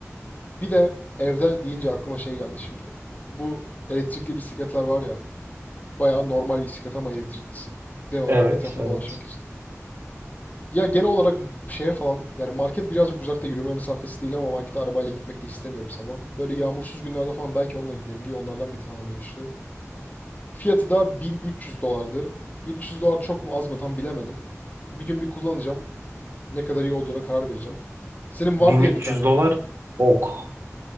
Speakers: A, on the left (about 30°); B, on the right (about 60°).
A: Bir de evde deyince aklıma şey geldi şimdi. Bu elektrikli bisikletler var ya. Bayağı normal bisiklet ama elektriklisi. Genel olarak
B: Evet,
A: etrafta
B: evet.
A: dolaşmak için. Ya genel olarak şeye falan yani market birazcık uzakta yürüme mesafesi değil ama markete arabayla gitmek de istemiyorum sabah. Böyle yağmursuz günlerde falan belki onunla giderim diye onlardan bir tane almayı düşünüyorum. Fiyatı da 1300 dolardı. 1300 dolar çok mu az mı tam bilemedim. Bir gün bir kullanacağım. Ne kadar iyi olduğuna karar vereceğim. Senin
B: 1300
A: var diye bir tane.
B: dolar ok.